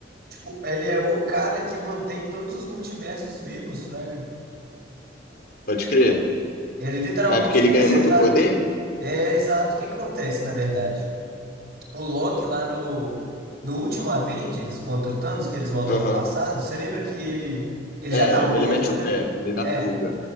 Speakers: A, on the right (about 60°); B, on the left (about 55°).
A: tipo, ele é o cara que mantém todos os multiversos vivos, fraga.
B: Pode crer.
A: Ele literalmente
B: Mas porque ele
A: fica
B: ganha
A: sentado.
B: muito poder?
A: É exato o que que acontece, na verdade. O Loki lá no, no último Avengers contra o Thanos, que eles voltam
B: Aham.
A: no passado, você lembra que ele, ele
B: É,
A: já tá morto,
B: ele mete o
A: né?
B: pé, ele dá
A: É,
B: fuga.